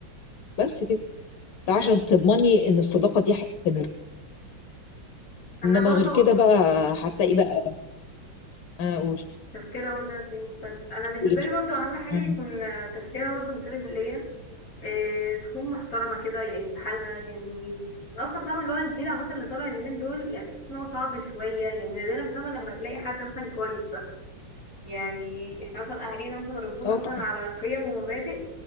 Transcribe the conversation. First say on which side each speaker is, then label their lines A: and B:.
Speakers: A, on the left; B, on the left.
A: بس كده ده عشان
B: طيب.
A: تضمني إن الصداقة دي هتستمر
B: انا
A: إنما
B: برضه
A: غير كده بقى هتلاقي بقى أقول
B: تفكيرها برضه هتلاقيه مختلف انا بالنسبة
A: قولي
B: لي برضه اهم حاجة
A: امم
B: يكون تفكيرها برضه مشابه ليا إيه تكون محترمة كده يعني في حالها يعني أنا اصلا فاهمه اللي هو الجيل عامه اللي طالع اليومين دول يعني تحس ان هو صعب شويه يعني نادرا فاهمه لما تلاقي حد مثلا كويس بقى يعني احنا مثلا اهالينا مثلا ربونا
A: اه
B: مثلا
A: طبعا
B: على قيم ومبادئ